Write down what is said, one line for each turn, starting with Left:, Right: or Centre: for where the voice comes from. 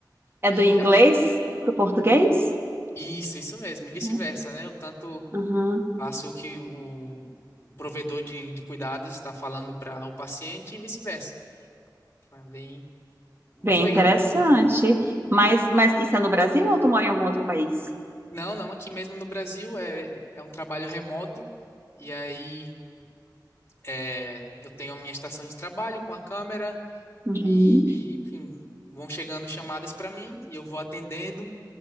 Right: É
Left: E
Right: do inglês
Left: a-
Right: para o português?
Left: isso, isso mesmo, e vice-versa,
Right: É.
Left: né? Eu tanto
Right: Uhum.
Left: passo o que o o provedor de, de cuidados está falando para o paciente e vice-versa. Mas bem, Muito
Right: Bem
Left: legal.
Right: interessante.
Left: Eu Gosto muito.
Right: Mas, mas isso é no Brasil ou tu mora em algum outro país?
Left: Não, não, aqui mesmo no Brasil é, é um trabalho remoto, e aí é, eu tenho a minha estação de trabalho com a câmera,
Right: Uhum.
Left: e enfim, vão chegando chamadas para mim e eu vou atendendo.